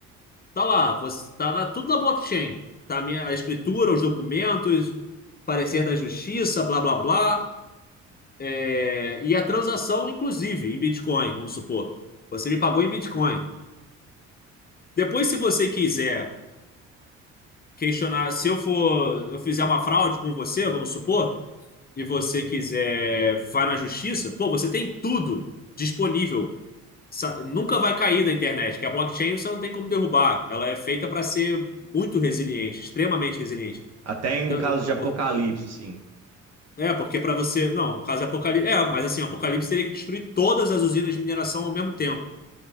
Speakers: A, on the left; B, on the right.
A: tá lá, você, tá na- tudo na blockchain. Tá a minha a escritura, os documentos, parecer da justiça, blá blá blá. É, e a transação, inclusive, em Bitcoin, vamos supor. Você me pagou em Bitcoin. Depois, se você quiser questionar, se eu for, eu fizer uma fraude com você, vamos supor, e você quiser vai na justiça, pô, você tem tudo disponível. Sa- Nunca vai cair da internet, que a blockchain você não tem como derrubar. Ela é feita para ser muito resiliente, extremamente resiliente.
B: até em
A: Então,
B: casos
A: é,
B: de apocalipse,
A: por-
B: assim.
A: é, porque para você. Não, caso Apocalipse. É, mas assim, o Apocalipse teria que destruir todas as usinas de mineração ao mesmo tempo.